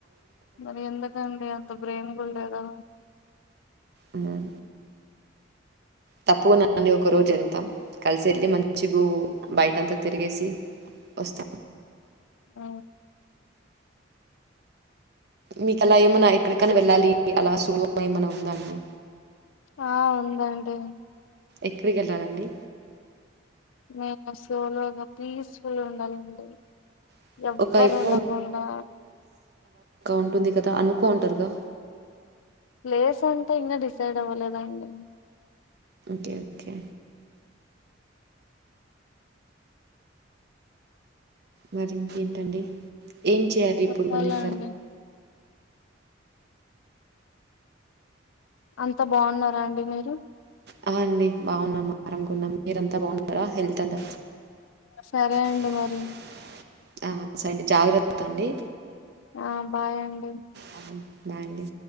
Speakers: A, on the left; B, on the right.
A: మరి ఎందుకండి అంత ప్రేమ కూడా లేదా
B: ఉమ్ తప్పుకున్నాన్ని ఒక రోజు వెళ్తా కలిసి వెళ్ళి మంచిగ బయటంతా తిరిగేసి వస్త
A: ఆ
B: మీకు అలా ఏమన్నా ఎక్కడికనా వెళ్ళాలి అలా సోలో ఏమన్నా ఉందా అండి.
A: ఆ ఉందండి.
B: ఎక్కడికి వెళ్ళాలండి.
A: నేను సోలోగా పీస్ఫుల్ ఉండాలండి.
B: <unintelligible>
A: ఎవ్వరు
B: ఒక్క
A: ఉండకుండా
B: ఉంటుంది కదా అనుకో ఉంటారుగా
A: ప్లేస్ అంటే ఇంకా డిసైడ్ అవ్వలేదాండి.
B: ఓకే ఓకే మరి ఇంకేంటండి ఏం చేయాలి
A: చెప్పాలండి
B: ఇప్పుడు మళ్ళీ
A: అంతా బాగున్నారా అండి మీరు
B: అవు అండి బాగున్నా <unintelligible> మీరంతా కదా ఉన్నారా హెల్త్య్
A: సరే
B: <unintelligible>
A: అండి మరి
B: సండి జాగ్రత్త అండి
A: ఆ బాయండి
B: ఆ! బాయ్ అండి